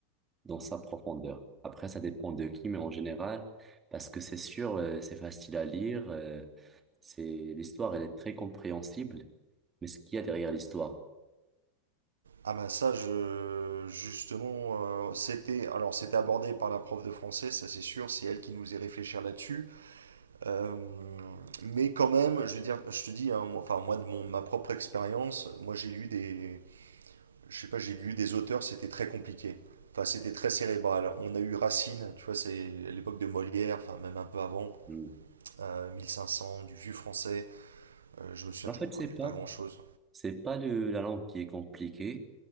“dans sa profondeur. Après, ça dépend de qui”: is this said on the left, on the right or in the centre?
Right